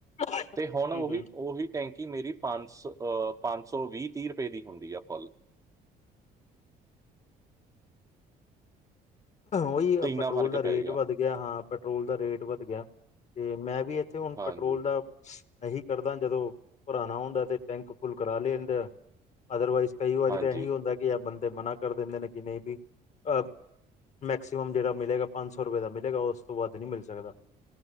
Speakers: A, on the left (about 45°); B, on the right (about 20°).
A: ਹੂੰ
B: ਤੇ ਹੁਣ ਉਹੀ
A: ਹੂੰ
B: ਉਹੀ ਟੈਂਕੀ ਮੇਰੀ ਪੰਜ ਸੌ ਅਹ ਪੰਜ ਸੌ ਵੀਹ ਤੀਹ ਰੁਪਏ ਦੀ ਹੁੰਦੀ ਆ ਫੁੱਲ
A: ਉਹੀ
B: ਇੰਨਾ
A: ਪੈਟਰੋਲ
B: ਫਰਕ
A: ਦਾ ਰੇਟ
B: ਪੈ
A: ਵੱਧ ਗਿਆ ਹਾਂ ਪੈਟਰੋਲ ਦਾ ਰੇਟ ਵੱਧ ਗਿਆ ਤੇ ਮੈਂ ਵੀ ਇੱਥੇ ਹੁਣ
B: ਹਾਂਜੀ
A: ਪੈਟਰੋਲ ਦਾ ਇਹੀ ਕਰਦਾ ਜਦੋਂ ਭਰਾਨਾ ਹੁੰਦਾ ਤੇ ਟੈਂਕ ਫੁੱਲ ਕਰਾ ਲੈਦੇ ਆ ਅਦਰਵਾਈਜ਼ ਕਈ ਵਾਰੀ
B: ਹਾਂਜੀ
A: ਤਾਂ ਇਹੀ ਹੁੰਦਾ ਕਿ ਬੰਦੇ ਮਨਾ ਕਰ ਦਿੰਦੇ ਨੇ ਕਿ ਨਹੀਂ ਵੀ ਅਹ ਮੈਕਸੀਮਮ ਜਿਹੜਾ ਮਿਲੇਗਾ ਪੰਜ ਸੌ ਰੁਪਏ ਦਾ ਮਿਲੇਗਾ ਉਸ ਤੋਂ ਵੱਧ ਨੀ ਮਿਲ ਸਕਦਾ